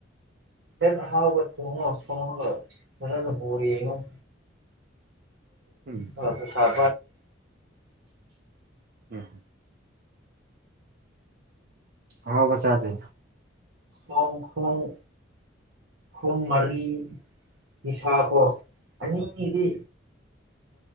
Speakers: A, on the right; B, on the right.
A: ꯑ ꯍꯥꯎ ꯊꯣꯡꯉ ꯊꯉꯒꯣ
B: ꯎꯝ
A: ꯍ ꯁꯥꯥ
B: ꯎꯝ ꯍꯝ ꯍꯥꯎꯕꯁ ꯌꯥꯗꯅ
A: ꯑꯣ ꯍꯣꯏ ꯈꯣꯡ ꯃꯔꯤ ꯅꯤꯁꯥ ꯀꯣ ꯑꯅꯤꯒꯤꯗꯤ